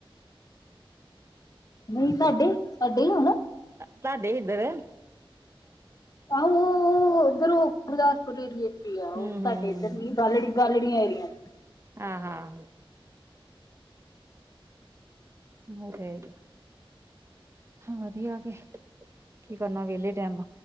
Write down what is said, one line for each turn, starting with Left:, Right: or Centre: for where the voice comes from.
Left: ਨਈ ਸਾਡੇ-ਸਾਡੇ ਹੀ <unintelligible> ਨਾ।
Right: ਤਾਂਡੇ ਇਧੱਰ।
Left: ਆਹੋ ਉੱਧਰੋਂ ਗੁਰਦਾਸਪੁਰ ਏਰੀਏ ਚ ਈ ਆ ਓ
Right: ਹੂੰ-ਹੂੰ
Left: ਸਾਡੇ ਇਧੱ‌ਰ ਨੀ ਗਾਲੜੀ ਗੱਲੜੀਆਂ ਏਰੀਆਂ
Right: ਹਾਂ-ਹਾਂ <unintelligible> ਹਾਂ ਵਧੀਆ ਗੇ ਕੀ ਕਰਨਾ ਵੇਲੇ ਟੈਮ